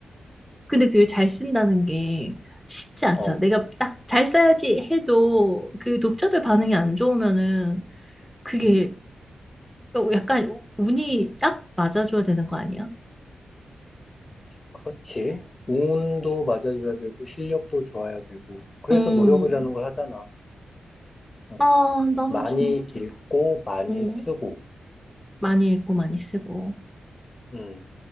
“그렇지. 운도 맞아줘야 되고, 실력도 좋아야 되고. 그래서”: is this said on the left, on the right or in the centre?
Left